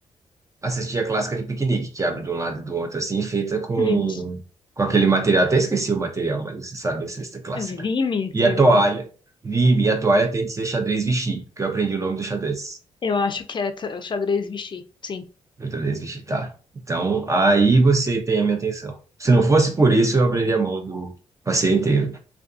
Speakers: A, on the right (about 25°); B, on the left (about 40°).
A: Assisti a clássica de piquenique, que abre de um lado e do outro, assim, feita com,
B: <laughs>
A: com aquele material. Até esqueci o material, mas você sabe a cesta clássica.
B: Hum. Vime,
A: E
B: sei
A: a toalha.
B: lá.
A: Vi, e a toalha tem de ser xadrez Vichy, que eu aprendi o nome do xadrez.
B: Eu acho que é t- xadrez Vichy, sim.
A: Do xadrez Vichy, tá. Então, aí você tem a minha atenção. Se não fosse por isso, eu abriria a mão do passeio inteiro.